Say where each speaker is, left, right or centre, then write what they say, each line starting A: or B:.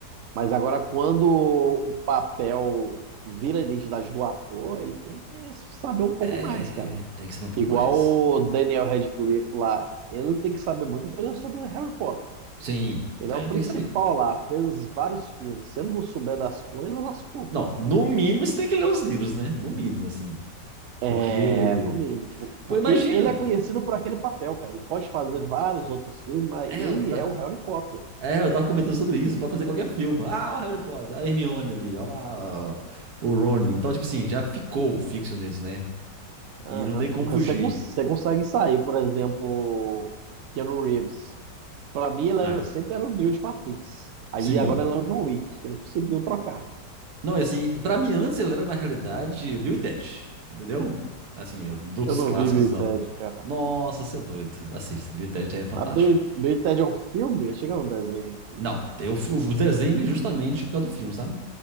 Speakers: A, on the right (about 85°); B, on the right (about 65°).
A: Mas agora, quando o papel vira a identidade do ator, ele tem que saber um pouco
B: É,
A: mais, cara.
B: tem que saber um pouco
A: Igual
B: mais.
A: o Daniel Radcliffe lá, ele tem que saber muita coisa sobre Harry Potter.
B: Sim,
A: Ele
B: aí
A: é o principal
B: tem que saber.
A: lá, fez vários filmes. Se ele não souber das coisas, lascou, cara.
B: Não, no mínimo você tem que ler os livros, né? No mínimo, assim.
A: É,
B: Porque,
A: no mínimo. po- Porque
B: pô, imagina.
A: ele é conhecido por aquele papel, cara. Ele pode fazer vários outros filmes, mas
B: É,
A: ele
B: eu tá.
A: é o Harry Potter.
B: É, eu tava comentando sobre isso, pra fazer qualquer filme. Ah, o Harry Potter, a Hermione ali, olha lá, ó, o Rony. Então, tipo assim, já ficou fixo neles, né?
A: Aham.
B: E não tem como
A: Mas
B: fugir.
A: Você, cons- você consegue sair, por exemplo, Keanu Reeves. Pra mim, ele
B: Não,
A: era,
B: é?
A: sempre era o Neo de Matrix. Aí
B: sim.
A: agora ele é o John Wick. Ele conseguiu trocar.
B: Não, e assim, pra mim antes ele era, na realidade, o Bill e Ted, entendeu? Assim, é, dos
A: Eu não
B: clássicos.
A: vi Bill e Ted, cara.
B: Nossa, você é doido. Assista, Bill e Ted é fantástico.
A: Mas Bill, Bill e Ted é um filme? Achei que Chega um desenho.
B: Não, tem o, fi- o desenho veio justamente por causa do filme, sabe?